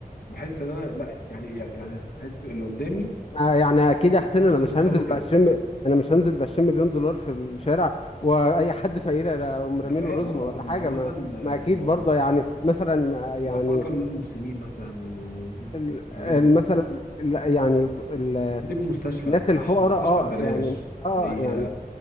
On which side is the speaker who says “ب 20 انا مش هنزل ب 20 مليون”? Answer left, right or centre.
Left